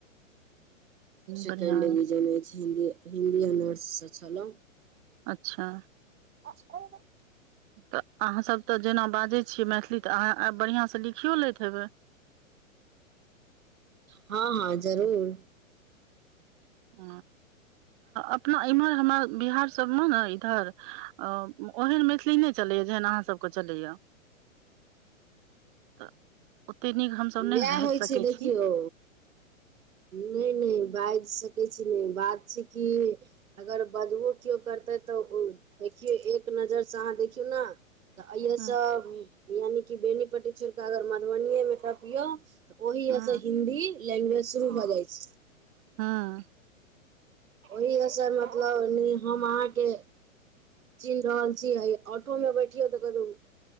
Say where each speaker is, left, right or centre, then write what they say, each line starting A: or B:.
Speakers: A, on the right; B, on the right.
A: सेकेंड
B: बढ़िआँ
A: डिविजन
B: यए
A: ऐछ हिन्दी हिन्दी ऑनर्स स छेलों
B: अच्छा
A: <unintelligible>
B: तऽ अहाँ सभ तऽ जेना बाजैत छियै मैथिली तऽ अहाँ आब बढ़िआँसँ लिखियओ लैत हेबै
A: हँ हँ जरूर
B: <inaudible> अपना इम्हर हमरा बिहार सभ मे न इधर ओहन मैथिली नै चलैए जेहन अहाँ सभ केँ चलैए
A: <unintelligible>
B: तऽ
A: <inaudible>
B: ओतेक नीक हमसभ
A: उहै
B: नहि बाजि
A: होइ
B: सकै
A: छै देखियौ
B: छी
A: नै नै बाजि सकै छी नै बात छै कि अगर बजबो केओ करतै तऽ ओ देखियौ एक नजरिसँ अहाँ देखियौ ना तऽ अइसँ
B: हँ
A: यानिकि बेनीपट्टी छोड़ कऽ अगर मधुबनिए में टपियौ ओहि यऽ
B: हँ
A: स हिन्दी लैंग्वेज शुरू भऽ जाइ छै
B: हँ
A: ओहिसँ मतलब नै हम अहाँकेँ चिन्ह रहल छी आ ऑटो मे बैठियो तऽ कतहु